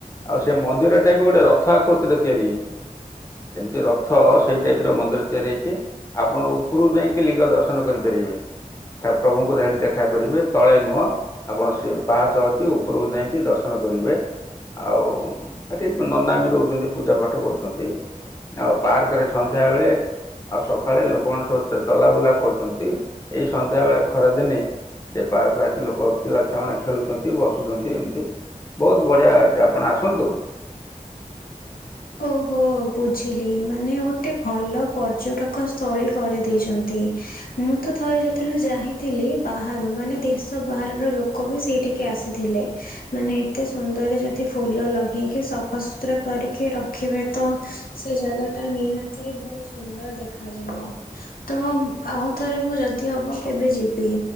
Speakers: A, on the left; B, on the left.
A: ଆଉ ସେ ମନ୍ଦିରଟା ବି ଗୋଟେ ରଥ ଆକୃତିରେ ତିଆରି ହେଇଛି ଯେମିତି ରଥ ସେଇ ଟାଇପ୍ ର ମନ୍ଦିର ତିଆରି ହେଇଛି ଆପଣ ଉପରୁକୁ ଯାଇକି ଲିଙ୍ଗ ଦର୍ଶନ କରିପାରିବେ। ପ୍ରଭୁଙ୍କୁ ସେ ସେଠି ଦେଖା କରିବେ ତଳେ ନୁହଁ। ଆପଣ ସେ ପାହାଚ ଅଛି ଉପରକୁ ଯାଇକି ଦର୍ଶନ କରିବେ। ଆଉ ସେଠି ନନା ବି ରହୁଛନ୍ତି ପୂଜା ପାଠ କରୁଛନ୍ତି ଆଉ ପାର୍କ ରେ ସନ୍ଧ୍ୟାବେଳେ ଆଉ ସକାଳେ ଲୋକମାନେ ସବୁ ଚଲାବୁଲା କରୁଛନ୍ତି ଏଇ ସନ୍ଧ୍ୟା ବେଳେ ଖରାଦିନେ ସେ ପାର୍କରେ ଆସି ଲୋକ ପିଲା ଛୁଆ ମାନେ ଖେଳୁଛନ୍ତି ବସୁଛନ୍ତି ଏମିତି ବହୁତ ବଢ଼ିଆ ଅଛି ଆପଣ ଆସନ୍ତୁ।
B: ଓହୋ ବୁଝିଲି ମାନେ ଗୋଟେ ଭଲ ପର୍ଯ୍ୟଟକ ସ୍ଥଳୀ କରିଦେଇଛନ୍ତି। ମୁଁ ତ ଥରେ ଯେତେବେଳେ ଯାଇଥିଲି ବାହାରୁ ମାନେ ଦେଶ ବାହାରର ଲୋକ ବି ସେଇଠି ଆସିଥିଲେ ମାନେ ଏତେ ସୁନ୍ଦର ଯଦି ଫୁଲ ଲଗେଇକି ସଫାସୁତୁରା କର କି ରଖିବେ ତ ସେ ଜାଗା ଟା ନିହାତି ବହୁତ ସୁନ୍ଦର ଦେଖାଯିବ। ତ ଆଉଥରେ ମୁଁ ଯଦି ହବ କେବେ ଯିବି।